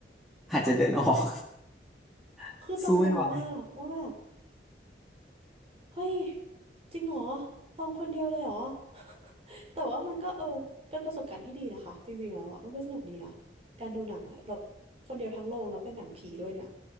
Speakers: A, in the centre; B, on the right.
A: อาจจะเดินออก <laughs>
B: คือต้องงงมากว่าแบบ
A: สู้ไม่ไหว
B: เฮ้ยจริงเหรอตองคนเดียวเลยเหรอ <laughs> แต่ว่ามันก็เออเป็นประสบการณ์ที่ดีนะคะจริงๆแล้วอะมันก็สนุกดีนะการดูหนังอะแบบคนเดียวทั้งโรงแล้วเป็นหนังผีด้วยเนี่ย